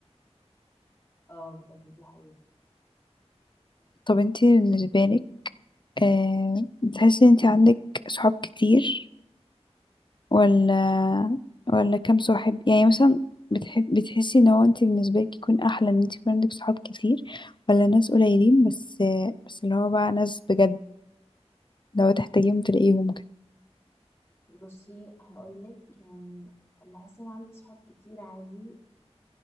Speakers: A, on the left (about 25°); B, on the left (about 45°).
A: اه بجد دي حقيقه
B: طب انتي بالنسبه لك آه بتحسي ان انتي عندك صحاب كتير ولا ولا كام صاحب يعني مثلا بتحب بتحسي ان هو انت بالنسبه لك يكون احلى ان انت يكون عندك صحاب كتير ولا ناس قليلين بس بس اللي هو بقى ناس بجد لو تحتاجيهم تلاقيهم كده
A: بصي هقولك يعني بحس ان عندي صحاب كتير عادي